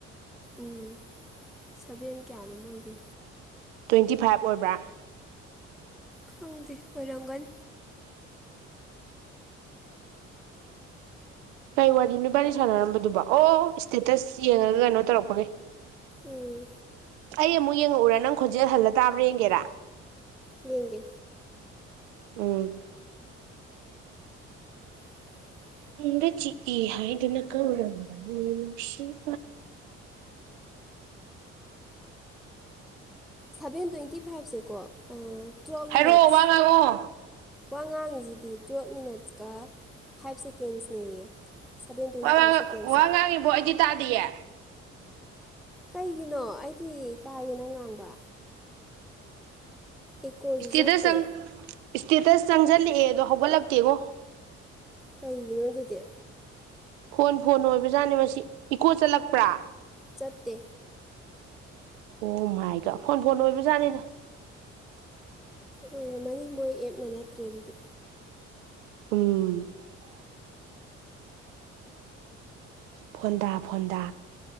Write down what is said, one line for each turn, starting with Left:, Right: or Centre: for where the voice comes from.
Centre: ꯎꯝ ꯁꯚꯦꯟ ꯀꯌꯥ ꯑꯗꯨꯝ ꯑꯣꯏꯒꯦ
Right: ꯇ꯭ꯋꯦꯟꯇꯤ ꯐꯥꯏꯚ ꯑꯣꯏꯕ꯭ꯔꯥ
Centre: ꯈꯪꯗꯦ ꯑꯣꯏꯔꯪꯒꯜ
Right: ꯀꯩ ꯋꯥꯔꯤ ꯅꯨꯄꯥꯅꯤ ꯁꯥꯟꯅꯔꯝꯕꯗꯨꯕ ꯑꯣ ꯏꯁꯇꯦꯇꯁ ꯌꯦꯡꯉꯒ ꯀꯩꯅꯣ ꯇꯧꯔꯛꯄꯒꯦ
Centre: ꯎꯝ
Right: ꯑꯩ ꯑꯃꯨꯛ ꯌꯦꯡꯉꯛꯎꯔ ꯅꯪ ꯈꯣꯟꯖꯦꯜ ꯍꯜꯂ ꯇꯥꯕ꯭ꯔꯥ ꯌꯦꯡꯒꯦꯔꯥ
Centre: ꯃꯤꯒꯦ
Right: ꯎꯝ
Centre: <unintelligible>
Right: ꯗ ꯆꯍ ꯏꯗꯤꯅꯀ ꯎꯔꯝꯕꯁꯤꯥ
Centre: ꯁꯚꯦꯟ ꯇ꯭ꯋꯦꯟꯇꯤ ꯐꯥꯏꯚꯁꯦꯀꯣ ꯇ꯭ꯌꯦꯦꯜꯞ ꯃꯤꯅꯠꯁ
Right: ꯍꯥꯏꯔꯛꯑꯣ ꯋꯥ ꯉꯥꯡꯉꯛꯑꯣ
Centre: ꯋꯥ ꯉꯥꯡꯉꯤꯁꯤꯗꯤ ꯇꯨꯋꯦꯜꯞ ꯃꯤꯅꯠꯁꯀ ꯐꯥꯏꯕ ꯁꯦꯀꯦꯟꯁꯅꯦꯌꯦ ꯁꯚꯦꯟ ꯇ꯭ꯋꯦꯟꯇꯤ
Right: ꯋꯥ
Centre: ꯐꯥꯏꯚ ꯁꯦꯀꯦꯟꯁꯦ
Right: ꯋꯥ ꯉꯥꯡꯉꯤꯕꯣ ꯑꯩꯗꯤ ꯇꯥꯗꯤꯌꯦꯦ
Centre: ꯀꯩꯒꯤꯅꯣ ꯑꯩꯗꯤ ꯇꯥꯏꯌꯦꯅ ꯉꯥꯡꯕ ꯏꯀꯣꯁꯨꯨꯖꯦ
Right: ꯏꯁꯇꯦꯇꯁ ꯆꯪ ꯏꯁꯇꯦꯇꯁ ꯆꯪꯁꯤꯜꯂꯛꯑꯦ ꯑꯗꯣ ꯍꯧꯒꯠꯂꯛꯇꯦꯀꯣ
Centre: ꯀꯩꯒꯤꯅꯣ ꯑꯗꯨꯗꯤ
Right: ꯐꯣꯟ ꯐꯣꯟꯅ ꯑꯣꯏꯕ ꯖꯥꯠꯅꯤ ꯃꯁꯤ ꯏꯀꯣ ꯆꯠꯂꯛꯄ꯭ꯔꯥ
Centre: ꯆꯠꯇꯦ
Right: ꯑꯣ ꯃꯥꯏꯗ ꯐꯣꯟ ꯐꯣꯟꯅ ꯑꯣꯏꯕ ꯖꯥꯠꯅꯤꯗ
Centre: ꯑꯣꯏꯔꯝꯃꯅꯤ ꯃꯣꯏ ꯑꯦꯞꯅ ꯅꯠꯇ꯭ꯔꯦ ꯑꯗꯨꯗꯤ
Right: ꯎꯝ ꯐꯣꯟꯗꯥ ꯐꯣꯟꯗꯥ